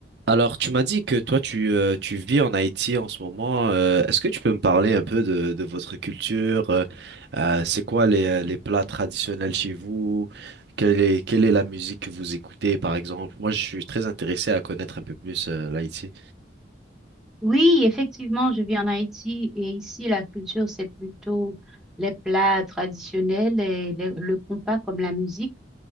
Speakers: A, on the right; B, in the centre.
A: Alors, tu m'as dit que toi, tu, euh, tu vis en Haïti en ce moment. euh, est-ce que tu peux me parler un peu de, de votre culture? euh, euh, c'est quoi les, euh, les plats traditionnels chez vous? Quelle est, quelle est la musique que vous écoutez, par exemple? Moi, je suis très intéressé à connaître un peu plus euh, l'Haïti.
B: Oui, effectivement, je vis en Haïti et ici, la culture, c'est plutôt les plats traditionnels et les- le compas comme la musique.